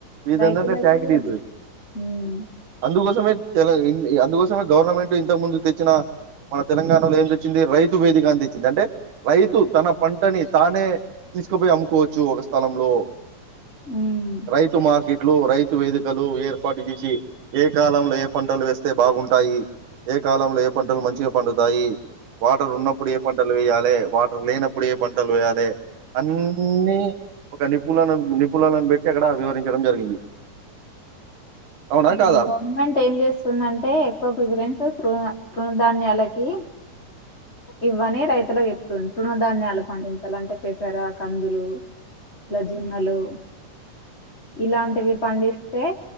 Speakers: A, on the right; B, on the left.
A: వదిందంటే
B: రైతులకి
A: టాక్డీస్
B: ఉమ్
A: అందుకోసమే తెల అందుకోసమే గవర్నమెంట్ ఇంతకు ముందు తెచ్చిన మన తెలంగాణలో ఏం తెచ్చింది రైతు వేదిక అని తెచ్చింది అంటే రైతు తన పంటని తానే తీసుకుపోయి అమ్ముకోవచ్చు ఒక స్థలంలో
B: ఉమ్
A: రైతు మార్కెట్ ఇట్లో రైతు వేదికలు ఏర్పాటు చేసి ఏ కాలంలో ఏ పంటలు వేస్తే బాగుంటాయి ఏ కాలంలో ఏ పంటలు మంచిగా పండుతాయి వాటర్ ఉన్నప్పుడే పంటలు వయ్యాలి వాటర్లేనప్పుడే పంటలు పోయాలే అన్నీ ఒక నిపుణణలను నిపుణులను పెట్టి అక్కడ వివరించడం జరిగింది అవునా
B: ఇప్పుడు
A: కాదా
B: గవర్నమెంట్ ఏం చేస్తుందంటే ఎక్కువ ప్రిఫరెన్స్ త తణ ధాన్యాలకి ఇవ్వని రైతులకు చెప్తుంది తృణధాన్యాలు పండించాలి అంటే పెసర కందులు
A: ఉమ్
B: ఇల జొన్నలు ఇలాంటివి పండిస్తే